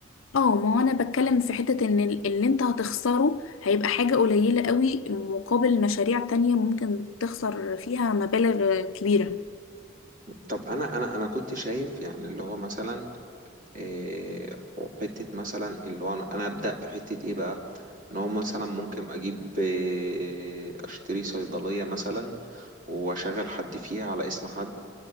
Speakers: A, on the left (about 80°); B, on the right (about 40°).
A: اه ما هو انا بتكلم في حته ان ال- اللي انت هتخسره هيبقى حاجه قليله قوي مقابل مشاريع تانية ممكن تخسر فيها مبالغ آه، كبيره
B: طب انا انا انا كنت شايف يعني اللي هو مثلا إيه حتة مثلا اللي هو انا أنا ابدأ بحتة ايه بقى ان هو مثلا ممكن اجيب إيه اشتري صيدلية مثلا واشغل حد فيها على اسم حد